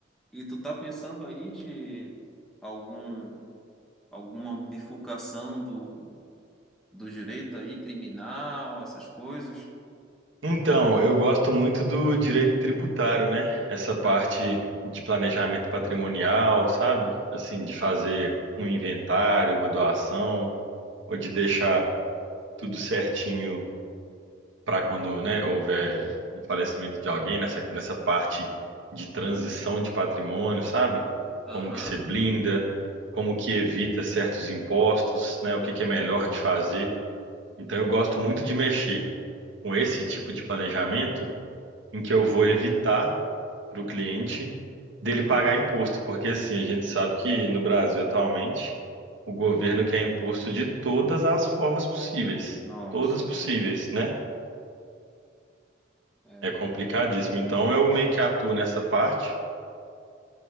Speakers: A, in the centre; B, on the right.
A: e tu tá pensando aí de algum, alguma bifurcação do, do direito aí, criminal, essas coisas?
B: Então, eu gosto muito do direito tributário, né? Essa parte
A: Aham.
B: de planejamento patrimonial, sabe? Assim, de fazer um inventário, uma doação, ou de deixar tudo certinho para quando, né, houver um falecimento de alguém nessa, nessa parte de transição de patrimônio, sabe?
A: Aham.
B: Como que se blinda, como que evita certos impostos, né? O que que é melhor de fazer. Então eu gosto muito de mexer com esse tipo de planejamento em que eu vou evitar para o cliente dele
A: Aham.
B: pagar imposto, porque assim, a gente sabe que no Brasil atualmente o governo quer imposto de todas as formas possíveis,
A: Nossa,
B: todas possíveis,
A: é, cara.
B: né?
A: É,
B: É complicadíssimo.
A: da-
B: Então eu meio que atuo nessa parte